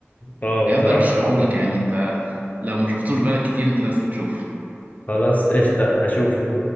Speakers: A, on the left; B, on the right.
A: اه
B: بجد
A: بصراحه
B: ارشحهولك
A: تحفه
B: يعني انت لو ما شفتوش بالك كتير انت لازم تشوفه
A: خلاص قشطه هشوفه